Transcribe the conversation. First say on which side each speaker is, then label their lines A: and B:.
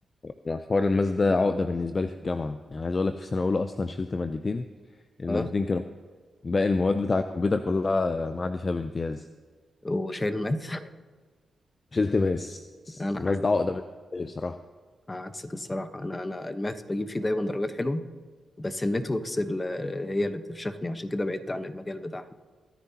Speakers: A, on the left; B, on the left.
A: يعني حوار الماس ده عقده بالنسبه لي في الجامعه يعني عايز اقول لك في سنه اولى اصلا شلت مادتين المادتين
B: اه
A: كانوا باقي المواد بتاع الكمبيوتر كلها معدي فيها بامتياز
B: وشايل ماث
A: مش التماس
B: <laughs> انا
A: الماس ده عقدة بالنسبة لي بصراحة
B: عكسك الصراحة أنا أنا الماث بجيب فيه دايما درجات حلوة بس النتوركس ال- هي اللي بتفشخني عشان كده بعدت عن المجال بتاعها